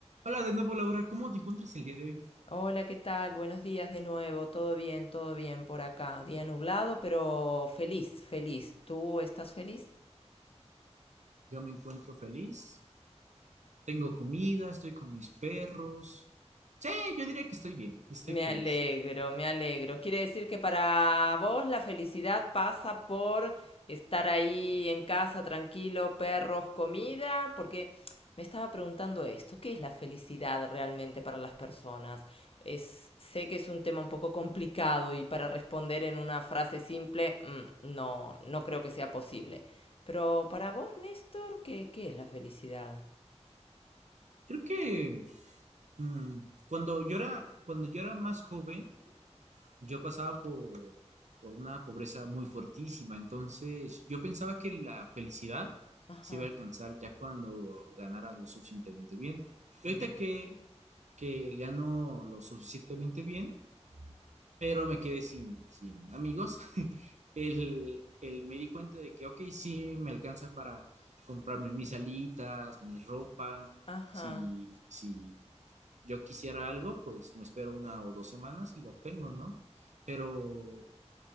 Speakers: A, on the right; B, on the left.
A: Hola de nuevo, Laura. ¿Cómo te encuentras el día de hoy?
B: Hola, ¿qué tal? Buenos días de nuevo. Todo bien, todo bien por acá. Día nublado, pero feliz, feliz. ¿Tú estás feliz?
A: Yo me encuentro feliz, tengo comida, estoy con mis perros. Sí, yo diría que estoy bien, estoy
B: Me
A: feliz.
B: alegro, me alegro. Quiere decir que para vos la felicidad pasa por estar ahí en casa tranquilo, perros, comida, porque me estaba preguntando esto, ¿qué es la felicidad realmente para las personas? Es, sé que es un tema un poco complicado y para responder en una frase simple, mm, no, no creo que sea posible. Pero para vos, Néstor, ¿qué, qué es la felicidad?
A: Creo que mm, cuando yo era, cuando yo era más joven, yo pasaba por, por una pobreza muy fuertísima. Entonces, yo pensaba que la felicidad
B: Ajá,
A: se iba a alcanzar ya cuando ganaras lo suficientemente bien. Y
B: mm,
A: ahorita que, que gano lo suficientemente bien, pero me quedé sin, sin amigos. <laughs> El, el, me di cuenta de que, ok, sí, me alcanza para comprarme mis alitas, mi ropa.
B: ajá,
A: Si, si yo quisiera algo, pues me espero una o dos semanas y lo obtengo, ¿no? Pero